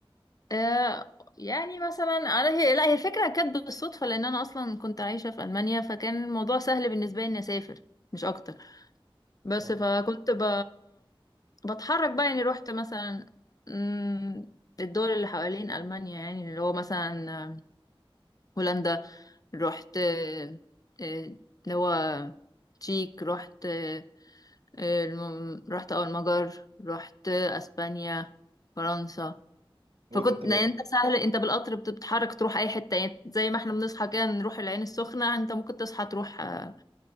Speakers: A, on the left (about 40°); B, on the right (about 80°).
A: آه يعني مثلا انا هي لا هي الفكرة كانت بالصدفة لان انا اصلا كنت عايشة في المانيا فكان الموضوع سهل بالنسبة لي اني اسافر مش اكتر بس
B: اه
A: فكنت ب... بتحرك بقى يعني رحت مثلا مم، الدول اللي حوالين المانيا يعني اللي هو مثلا هولندا رحت آه، آه، اللي هو تشيك رحت آه، آه، الم- رحت اه المجر رحت آه، اسبانيا فرنسا
B: هو
A: فكنت
B: ده انت ده.
A: يعني انت سهل انت بالقطر بت- بتتحرك تروح اي حته يعني زي ما احنا بنصحى كده نروح العين السخنه انت ممكن تصحى تروح آه،